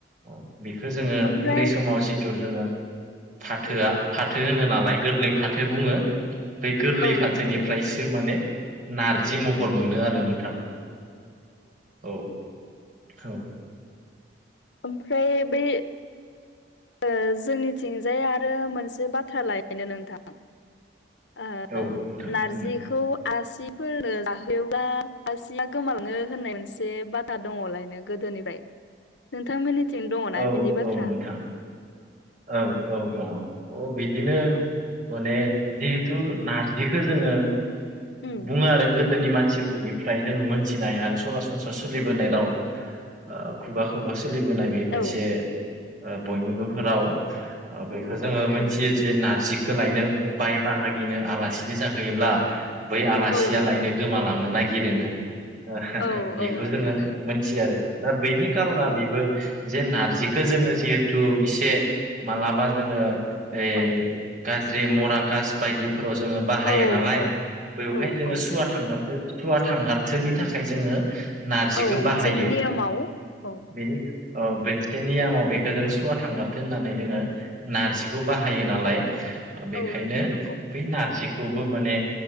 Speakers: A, on the right; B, on the left.
A: औ बेखो जोङो
B: ओमफ्राय
A: उन्दै समाव जिथु जोङो फाथोआ
B: औ
A: फाथो होनो नालाय गोरलै फाथो बुङो बै गोरलै
B: औ
A: फाथोनिफ्रायसो
B: नोंथां नंगौ
A: माने नारजि महर
B: उम
A: मोनो आरो नोंथां औ औ।
B: ओमफ्राय बे ओ जोंनिथिंजाय आरो मोनसे बाथ्रा लायनो नोंथां। ओ
A: औ नोंथां
B: नारजिखौ
A: बुंनाय
B: आलासिफोरनो जाहोयोबा आलसिया गोमालाङो होननाय मोनसे बाथ दा दङलायनो गोदोनिफ्राय नोंथांमोननिथिं दङना
A: औ
B: बिदि बाथ्रा?
A: औ नोंथां औ औ दङ अ बिदिनो
B: औ
A: माने जिहेथु नारजिखौ जोङो
B: उम
A: बुङो आरो गोदोनि मानसिफ फोर निफ्राय जोङो मोनथिनाय आरो सरासनस्रा सोलिबोनाय राव। ओ खुगा खुगा सोलिबोनाय बे
B: औ
A: से ओ बयनिबो राव बेखौ जोङो मिथियो
B: उम
A: जे नारजिखो लायनो बाय बाहागिनो आलासिनो जाहैयोब्ला बै आलासिया
B: औ नोंथां
A: लायनो गोमालांनो नागिरो नो। ओ
B: औ
A: बेखौ
B: औ नोंथां
A: जोङो मोनथियो आरो दा बेनि खार'ना
B: औ
A: बेबो जे नारजिखो जोङो जिहेथु एसे मा्लाबा जोङो ओ
B: औ
A: गाज्रि मराकास बायदिफोराव जोङो बाहायो
B: औ
A: नालाय
B: औ
A: बेवहाय
B: औ
A: जोङो
B: औ
A: सुवा थांगारथो सुवा थांगारथोनि थाखाय जोङो नारजिखो
B: औ
A: बाहायो
B: मोनसे नियमाव औ
A: बेनिख ओ बोन नियमाव बेखौ जों सुवा थांगारथो होननानै जोङो नारजिखौ बाहायो नालाय बेखायनो
B: औ नोंथां नंगौ
A: बै नारजि खौबो माने